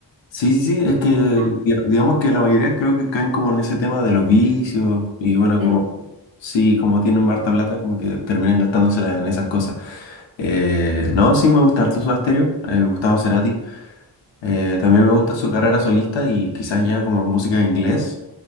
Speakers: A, on the left; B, on the right.
A: Sí, sí, sí, es que
B: Ajá.
A: diga- digamos que la mayoría creo que caen como en ese tema de los vicios y bueno,
B: De
A: como
B: lo,
A: sí, como tienen harta plata, como que terminan gastándosela en esas cosas. Eh, no, sí, me gusta harto su Stereo, eh, Gustavo Cerati. Eh, también me gusta su carrera solista y quizás ya como música en inglés,